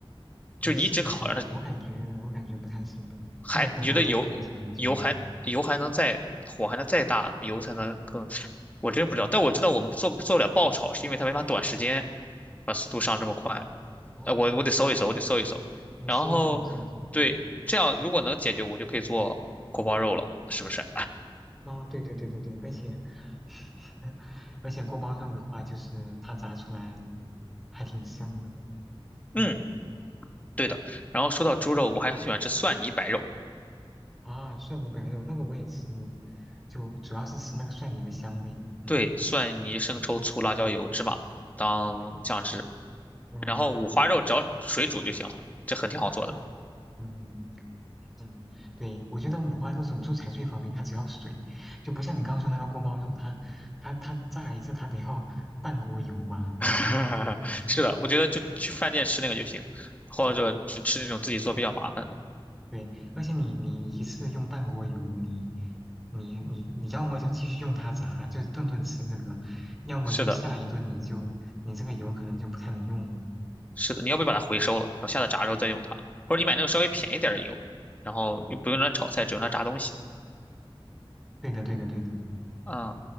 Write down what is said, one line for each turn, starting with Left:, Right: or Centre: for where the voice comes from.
Centre: 你试一试吧，
Left: 就是你一直烤，让它
Centre: 我感觉我感觉不太行吧，
Left: 还你觉得油油还油还能再火还能再大，
Centre: 或者可能要炸很久很久。
Left: 油才能更？我真不知道，但我知道我们做做不了爆炒，是因为它没法短时间把速度上这么快。
Centre: 哦，
Left: 呃，我我得搜一搜，我得搜一搜。
Centre: 你搜一搜，
Left: 然后，
Centre: 你搜一搜，嗯
Left: 对，这样如果能解决，
Centre: 嗯，
Left: 我就可以做锅包肉了，是不是？
Centre: 啊，对对对对对，而且 <laughs> 而且锅包肉的话，就是它炸出来还挺香的，嗯。
Left: 嗯，对的。然后说到猪肉，我还很喜欢吃蒜泥白肉，
Centre: 啊，蒜泥白肉那个我也吃过，就主要是吃那个蒜泥的香味。嗯
Left: 对，蒜泥、生抽、醋、辣椒油、芝麻当酱汁。
Centre: 对对对，嗯
Left: 然后五花肉只要水煮就行了，这很挺好做的。
Centre: 嗯，嗯嗯，对，我觉得五花肉怎么做才最方便，它只要水，就不像你刚刚说那个锅包肉，它它它炸一次它得要半锅油吧，
Left: <laughs>
Centre: 至少。嗯
Left: 是的，我觉得就去饭店吃那个就行，或者吃吃那种自己做比较麻烦的。
Centre: 嗯，对，而且你你一次用半锅油，你你你你要么就继续用它炸，就是顿顿吃这个，要么就下一顿你就你这个油可能就不太能用了。
Left: 是的，是的，你要不把它回收了，然后下次炸之后再用它，
Centre: 对，
Left: 或者你买那种稍微便宜点儿的油，
Centre: 嗯。
Left: 然后又不用它炒菜，只用来炸东西。
Centre: 对的，对的，对的。
Left: 嗯，